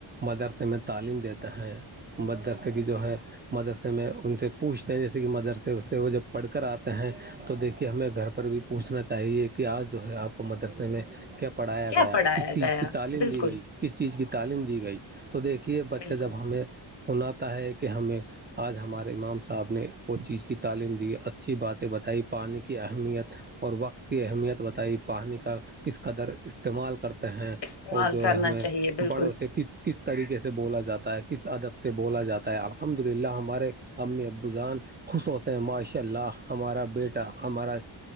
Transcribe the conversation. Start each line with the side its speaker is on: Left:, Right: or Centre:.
Right: مدرسے میں تعلیم دیتا ہیں مدرسے کی جو ہے مدرسے میں ان سے پوچھ جیسے کہ مدرسے اس سے وہ جب پڑھ کر آتے ہیں تو دیکھیے ہمیں گھر پر بھی پوچھنا چاہیے کہ آج جو ہے آپ کو مدرسے میں کیا پڑھایا
Left: کیا
Right: گیا
Left: پڑھایا
Right: کس چیز
Left: گیا
Right: کی تعلیم
Left: بالکل
Right: دی گئی کس چیز کی تعلیم دی گئی تو دیکھیے بچہ
Left: بالکل
Right: جب ہمیں سناتا ہے کہ ہمیں آج ہمارے امام سے صاحب نے وہ چیز کی تعلیم دی اچھی باتیں بتائی پانی کی اہمیت اور وقت کی اہمیت بتائی پانی کا کس قدر استعمال کرتا ہیں
Left: استعمال
Right: اور جو
Left: کرنا
Right: ہے ہمیں
Left: چاہیے بالکل
Right: بڑوں سے کس کس طریقے سے بولا جاتا ہے کس ادب سے بولا جاتا ہے الحمد للہ ہمارے ا اب بذان خوش ہوتے ہیں ماشاء اللہ ہمارا بیٹا ہمارا